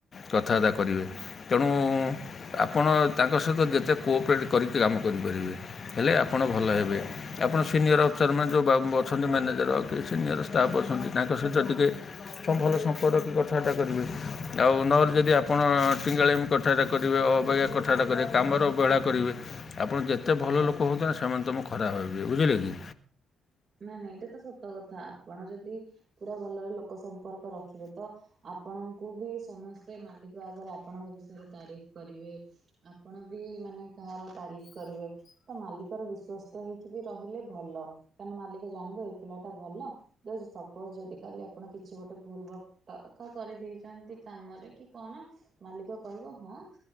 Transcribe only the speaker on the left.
କଥାବାର୍ତ୍ତା କରିବେ। ତେଣୁ ଆପଣ ତାଙ୍କ ସହିତ ଯେତେ କୋପରେଟ୍ କରିକି କାମ କରିବେ। କରିପାରିବେ ହେଲେ ଆପଣ ଭଲ ହେବେ। ଆପଣ ସିନିୟର୍ ଅଫିସର ମାନେ ଯୋଉ ବାବୁ ଅଛନ୍ତି ମ୍ୟାନେଜର୍ କି ସିନିୟର୍ ଷ୍ଟାଫ୍ ଅଛନ୍ତି ତାଙ୍କ ସହିତ ଟିକିଏ ଭଲ ସମ୍ପର୍କ ରଖିକି କଥାବାର୍ତ୍ତା କରିବେ ଆଉ ନହେଲେ ଯଦି ଆପଣ ଟିଙ୍ଗାଳିଆମି କଥାବାର୍ତ୍ତା କରିବେ ଅବଗିଆ କଥାବାର୍ତ୍ତା କରିବେ କାମର ଅବହେଳା କରିବେ ଆପଣ ଯେତେ ଯେତେ ଭଲଲୋକ ହୁଅନ୍ତୁନା ସେମାନେ ତମକୁ ଖରାପ ଭାବିବେ ବୁଝିଲେ କି?